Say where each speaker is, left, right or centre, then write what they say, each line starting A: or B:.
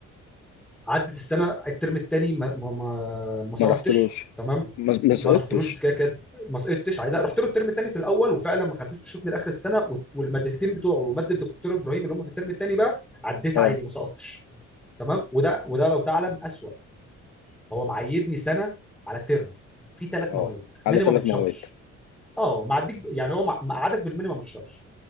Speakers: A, in the centre; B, on the left (about 70°).
A: عدت السنه الترم الثاني ما ما ما, ما سقطتش
B: ما رحتلوش
A: تمام
B: ما ما
A: ما
B: سقطتش
A: رحتلوش كده كده ما سقطتش عادي لا، رحت له الترم الثاني في الاول وفعلا ما خليتوش يشوفني لاخر السنه وت- والمادتين بتوعه وماده الدكتور ابراهيم اللي هم في الترم الثاني بقى عديت
B: اه
A: عادي ما سقطتش تمام وده وده لو تعلم اسوأ هو معيدني سنه على ترم في ثلاث
B: اه
A: مواد
B: على
A: مينيمم
B: ثلاث
A: تشارج
B: مواد
A: اه معديك ب- يعني هو مع- مقعدك بالمينيمم تشارج